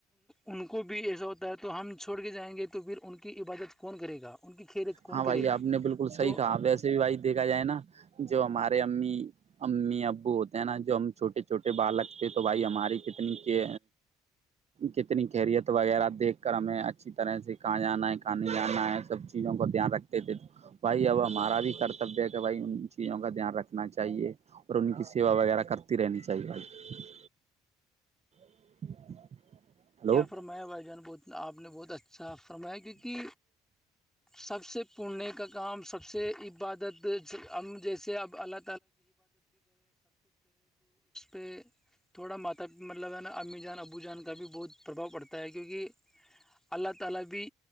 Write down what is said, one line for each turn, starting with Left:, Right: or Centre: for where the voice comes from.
Centre: ان کو بھی ایسا ہوتا ہے تو ہم چھوڑ کے جائیں گے تو پھر ان کی عبادت کون کرے گا ان کی خیریت کون
Right: ہاں
Centre: کرے
Right: بھائی
Centre: گا
Right: آپ نے بالکل صحیح
Centre: تو
Right: کہا ویسے بھی بھائی دیکھا جائے نا جو ہمارے امی امی ابو ہوتے ہیں نا جو ہم چھوٹے چھوٹے بالک تھ تو بھائی ہماری کتنی کے کتنی کیریت وغیرہ دیکھ کر ہمیں اچھی طرح سے کہاں جانا ہے کہاں نہیں جانا ہے سب چیزوں کو دھیان رکھتے تھے تو بھائی اب ہمارا بھی کرتبیہ ہے کہ بھائی ان چیزوں کا دھیان رکھنا چاہیے اور ان کی سیوا وغیرہ کرتی رہنی چاہیے ب <inaudible> ہلو
Centre: کیا فرمایا بھائی جان بہت آپ نے بہت اچھا فرمایا کیونکہ سب سے پنے کا کام سب سے عبادت جیسے اب اللہ <unintelligible> تھوڑا ماتا مطلب ہے نا امی جان ابو جان کا بھی بہت پربھؤ پڑتا ہے کیونکہ اللہ تعالی بھی